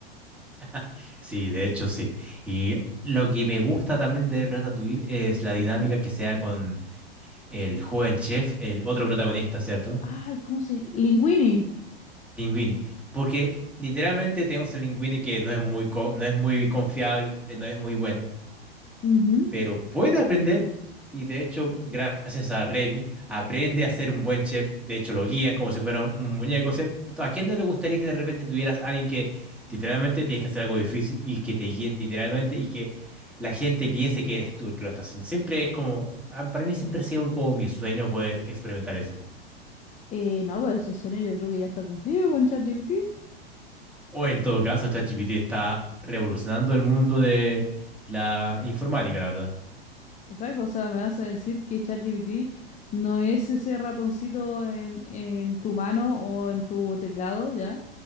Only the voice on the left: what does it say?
Ujú.
Ay, ¿cómo se...? Linguini.
Ujú.
Eh, no, pero ese sueño yo creo que ya está cumplido con ChatGPT.
Exacto, o sea, me vas a decir que ChatGPT no es ese ratoncito en, en tu mano o en tu teclado, ¿ya?